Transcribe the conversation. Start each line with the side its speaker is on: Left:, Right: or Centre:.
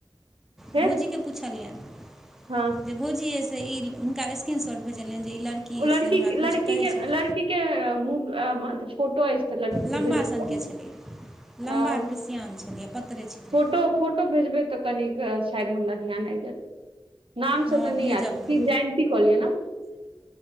Right: फेर
Centre: भौजीके पुछलियनि
Right: हँ
Centre: जे भोजियै से ई हुनका स्क्रीन शॉर्ट भेजलियनि जे ई
Right: ओ
Centre: अइ
Right: लड़की
Centre: से हमरा किछु
Right: लड़की
Centre: कहै
Right: के
Centre: छलै
Right: लड़की के मुह मत फोटो तऽ लड़की के
Centre: लम्बा
Right: भेजब
Centre: सनके
Right: त
Centre: छलै लम्बा
Right: आ
Centre: पिरसिआन छलै पतरे छितरे
Right: फोटो फोटो भेजबै तऽ कनिक शायद हमरा ध्यान आबि जायत नामसँ
Centre: हँ
Right: तऽनी
Centre: भेजब
Right: याद क
Centre: हम
Right: जयंती कहलियै ने